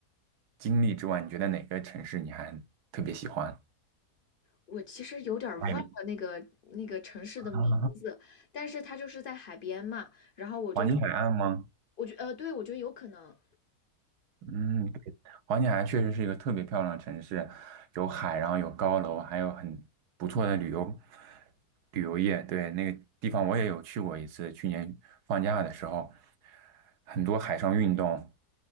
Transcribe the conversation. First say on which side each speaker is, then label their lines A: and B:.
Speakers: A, on the right (about 80°); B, on the left (about 65°).
A: 经历之外，你觉得哪个城市你还特别喜欢？
B: 我其实有点儿忘了那个那个城市的名字，
A: 还有一啊，
B: 但是它就是在海边嘛。然后我就觉得，
A: 黄金海岸吗？
B: 我觉呃，对，我觉得有可能
A: 嗯，对，黄金海岸确实是一个特别漂亮的城市，有海，然后有高楼，还有很不错的旅游旅游业。对，那个地方我也有去过一次，去年放假的时候，很多海上运动。